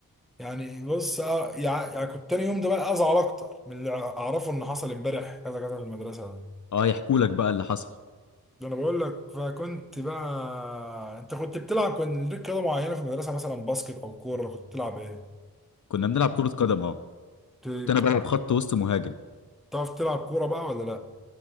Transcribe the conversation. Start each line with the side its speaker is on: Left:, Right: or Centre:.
Centre: يعني بص آه، يع- يعني كنت تاني يوم ده بقى ازعل اكتر من اللي اعرفه ان حصل امبارح كذا كذا في المدرسه ده
Left: اه يحكوا لك بقى اللي حصل
Centre: ده انا بقول لك فكنت بقى انت كنت بتلعب كان ليك رياضه معينه في المدرسه مثلا باسكت او كوره كنت بتلعب ايه
Left: كنا بنلعب كره قدم اه
Centre: كنت
Left: كنت انا بلعب
Centre: بتعرف
Left: خط وسط مهاجم
Centre: بتعرف تلعب كوره بقى ولا لا